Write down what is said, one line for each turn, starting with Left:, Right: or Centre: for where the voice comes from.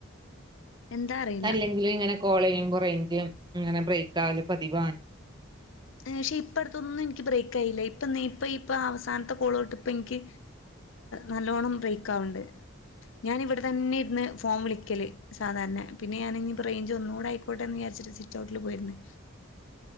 Left: എന്താ അറിയില്ല
Right: അതല്ലെങ്കിലും ഇങ്ങനെ കോളിയും കുറയുകേം ചെയ്യും ഇങ്ങനെ ബ്രേക്കാകലെ പതിവാണ്
Left: മേശ്ശേ ഇപ്പടുത്തൂന്നൊന്നും എനിക്ക് ബ്രേക്കായില്ല ഇപ്പ ദേ ഇപ്പാ അവസാനത്തെ കോളു തോട്ട് ഇപ്പൊ എനിക്ക് നല്ലോണം ബ്രെക്കാവണുണ്ട് ഞാനിവിടെ തന്നെ ഇരുന്ന് ഫോൺ വിളിക്കല് സാധാരണ പിന്നെയാണെങ്കി ബ്രെയിൻ ഒന്നൂടെ ആയിക്കോട്ടേന്ന് വിചാരിച്ചിട്ട് സിറ്റൗട്ടിൽ പോയിരുന്നു